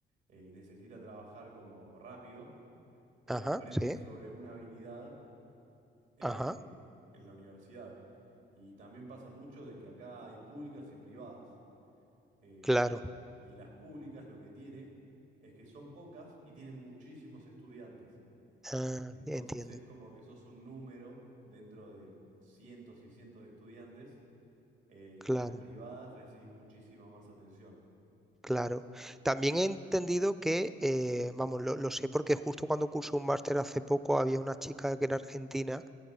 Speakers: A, on the right; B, in the centre.
A: eh, y necesita trabajar como rápido, eh,
B: Ajá,
A: aprende
B: sí.
A: sobre una habilidad eh,
B: Ajá,
A: en la universidad. Y también pasa mucho de que acá hay públicas y privadas. eh,
B: claro.
A: y las públicas lo que tiene es que son pocas y tienen muchísimos estudiantes.
B: Ah,
A: Entonces
B: entiendo.
A: es como que sos un número dentro de cientos y cientos de estudiantes eh,
B: Claro,
A: y en las privadas recibís muchísima más atención.
B: claro. También he entendido que, eh, vamos, lo, lo sé porque justo cuando cursé un máster hace poco había una chica que era argentina